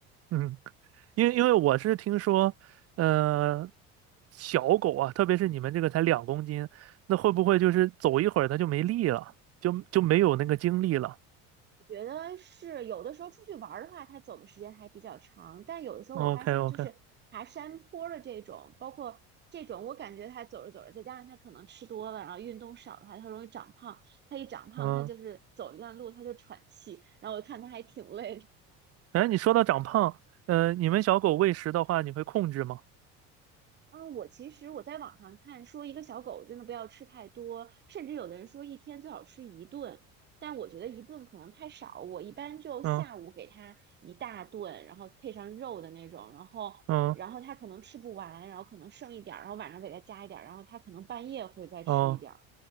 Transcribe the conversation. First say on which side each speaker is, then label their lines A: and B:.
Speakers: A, on the right (about 50°); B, on the right (about 35°).
A: 嗯。因为因为我是听说，
B: 对。
A: 呃，小狗啊，特别是你们这个才两公斤，那会不会就是走一会儿它就没力了，就就没有那个精力了
B: 我觉得是有的时候出去玩儿的话，它走的时间还比较长，但有的时候我发现就是爬山坡儿的这种，
A: ？OK OK，
B: 包括这种，我感觉它走着走着，再加上它可能吃多了，然后运动少的话，它容易长胖。它一长胖，
A: 嗯，
B: 它就是走一段路它就喘气，然后我看它还挺累
A: 哎，你说到长胖，呃，你们小狗喂食的话，你会控制吗？
B: 嗯，我其实我在网上看说，一个小狗真的不要吃太多，甚至有的人说一天最好吃一顿，但我觉得一顿可能太少，我一般就下午给它一大顿，
A: 嗯
B: 然后配上肉的那种，然后然后它可能吃不完，
A: 嗯
B: 然后可能剩一点儿，然后晚上给它加一点儿，然后它可能半夜会再吃一点儿。
A: 嗯，